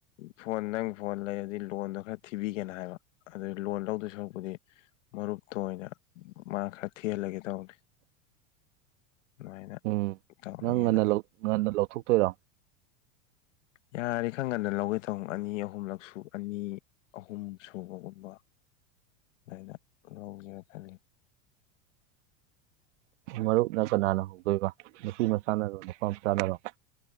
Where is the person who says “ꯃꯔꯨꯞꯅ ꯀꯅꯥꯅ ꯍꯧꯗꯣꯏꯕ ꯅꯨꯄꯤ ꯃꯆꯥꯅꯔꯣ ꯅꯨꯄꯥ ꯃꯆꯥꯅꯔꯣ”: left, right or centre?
Right